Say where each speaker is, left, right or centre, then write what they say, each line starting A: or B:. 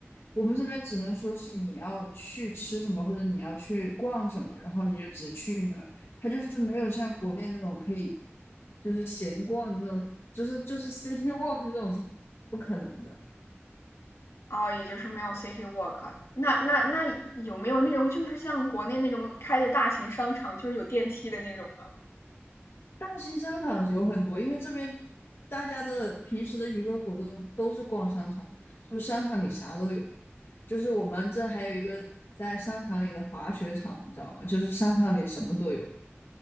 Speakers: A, on the left; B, on the left.
A: 我们这边只能说是你要去吃什么，或者你要去逛什么，然后你就只去那儿。它就是没有像国内那种可以就是闲逛的那种，就是就是 city walk 这种是不可能的。
B: 哦，也就是没有 City Walk。那那那有没有那种就是像国内那种开的大型商场，就是有电梯的那种呢？
A: 大型商场有很多，因为这边大家的平时的娱乐活动都是逛商场，就是商场里啥都有。就是我们这还有一个在商场里的滑雪场，你知道吗？就是商场里什么都有。